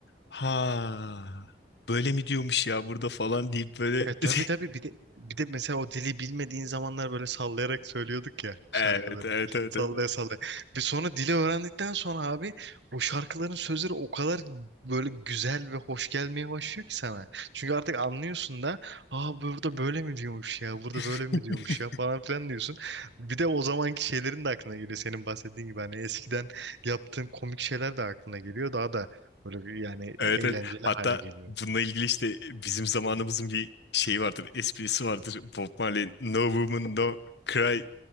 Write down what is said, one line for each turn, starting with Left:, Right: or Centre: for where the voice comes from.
Left: ha böyle mi diyormuş ya burada falan deyip böyle
Right: E tabii
Left: <laughs>
Right: tabii bir de bir de mesela o dili bilmediğin zamanlar böyle sallayarak söylüyorduk ya
Left: evet
Right: şarkıları.
Left: evet
Right: <laughs>
Left: evet
Right: Sallaya
Left: evet.
Right: sallaya. Bir sonra dili öğrendikten sonra abi o şarkıların sözleri o kadar böyle güzel ve hoş gelmeye başlıyor ki sana. Çünkü artık anlıyorsun da aa burada böyle mi diyormuş ya burada böyle
Left: <laughs>
Right: mi diyormuş ya falan filan diyorsun. Bir de o zamanki şeylerin de aklına geliyor senin bahsettiğin gibi hani eskiden yaptığın komik şeyler de aklına geliyor daha da böyle bir yani
Left: Evet
Right: eğlenceli
Left: evet. Hatta
Right: hale geliyor.
Left: bununla ilgili işte bizim zamanımızın bir şeyi vardır, esprisi vardır. Bob Marley No Woman No Cry